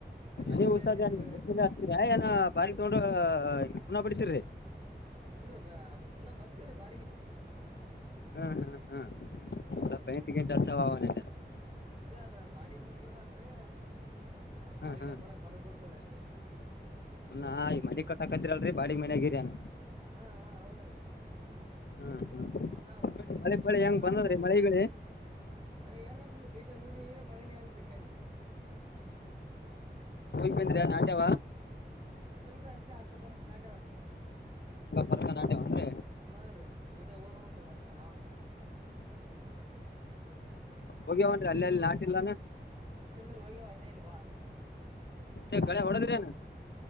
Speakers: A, on the right; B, on the left.
A: ಹಚ್ಚಿದೇರಿ
B: ನೀ ಉಸಾದ
A: ಎಲಿಬ್ಯಾಗರಿ
B: ಹತತಿರ ಏನ ಬಾರಿ ತಗೊಂಡ ಪುಣ ಬಿಡ್ತಿರಿರಿ.
A: ಇಲ್ರಿೀ ಬಾ ಸುಮಮ್ಮ ಬರ್ತೀವ್ರಿ ಬಾರಿಗಡ.
B: ಹಾ ಹಾ ಹಾ ಸ್ವಲ್ಪ ಎಂಟಿಗೆಂಟ ಅರ್ಸ ಅವ ಅವಲ್ಲ.
A: ಎಲ್ರಿ ಅದ ಬಾಡಿ ಮನೆಗವ ಅಲ್ರರಿ ಆ ಬಾರಿಿಗೆಲ್ಲ
B: ಹಾ ಹಾ
A: ಬಡ ಬಡ್ದ್ ಬಿಡ್ತೇವ್ರ ಅಷ್ಟೇ.
B: ಹಾ ಈ ಮನೆಗ್ ಕೊಟ್ಟ ಹಾಕತ್ತಿರಲ್ರಿ ಬಾಗ್ ಮನೆಯಾಗಗಿಯಾನನು.
A: ಹಾ ಹಾ ಹೌದ್ರ.
B: ಹಾ ಹಾ
A: ನಾ
B: ಈ ಕಡೆ ಮಳೆ
A: ಮುಂದ್
B: ಪಳಿ
A: ವರ್ಷ
B: ಹೆಂಗ್ ಬಂದದ್ರಿ
A: ಹಚ್ಚದ್ರೀ
B: ಮಳಿಗಿಳಿ
A: ಪ್ಯಾಂಟ್. ಮಳೆ ಏನ ಅಲ್ರರಿ ಬೇಜ ಊರಿ ಮಳನೇ ಅಲ್ರರಿ ಕಣಿನ
B: ಗ್ ಬಂದಿರಾ ನಾಟ್ಯ
A: ಅಲ್ರ ಅಷ್ಟೇ ಆರ್ಸಪರ್ ಕನಾಟವ್ರೀ
B: ಪರ್ಕ ನಾಟ್ಯವನ್ರಿ
A: ಹಾ ರೀ ಬೀಜ ಹುರಬೇಕ್ರಿ ಮತ್ತೆ ನಾವು
B: ಹೋಗ್ಯವನ್ ಅಲ್ಲೇ ಅಲ್ಲಿ ನಾಟಿಲ್ಲಾನ
A: ಮತ್ತಲ್ರಿ ಹೋಗ್ಯಾವ ಅಂದೇನ್ ಬಾ
B: ಮತ್ತೆ ಗಳೆ ಹೊಡದ್ರೇನ